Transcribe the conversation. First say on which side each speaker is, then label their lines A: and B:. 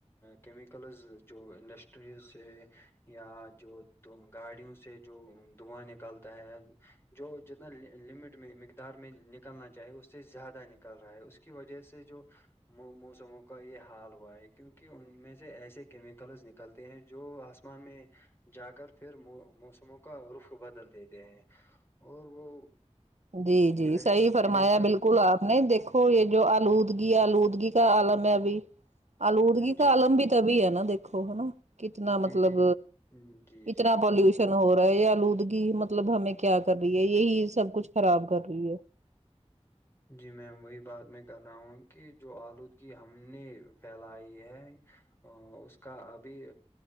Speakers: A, on the left; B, on the right.
A: کیمیکلز جو انڈسٹریز سے یا جو تو گاڑیوں سے جو دھواں نکلتا ہے جو جتنا لمٹ میں مقدار میں نکلنا چاہے اس سے زیادہ نکل رہا ہے اس کے کی وجہ سے جو موسموں کو کا یہ حال ہوا ہے کیونکہ ان میں سے ایسے کیمیکلس نکلتے ہیں جو آسمان میں جا کر پھر موسموں کا رخ بدل دیتے ہیں اور وہ
B: جی جی
A: گلیشر
B: صحیح فرمایا
A: گلیشر
B: بالکل آپ نے دیکھو ہو یہ جو آلودگی آلودگی کا آالم ہے ابھی آلودگی
A: جی
B: کا آالم بھی تبھی ہے نا دیکھو ہے نا کتنا
A: جی
B: مطلب
A: جی جی جی
B: اتنا
A: جی
B: پالوشن ہو رہا ہے یہ آلودگی مطلب ہمیں کیا کر رہی ہے یہی سب کچھ خراب کر رہی ہے
A: جی میم وہی بات میں کر رہا ہوں کہ جو آلودگی ہم نے پھیلائی ہے ا اس کا ابھی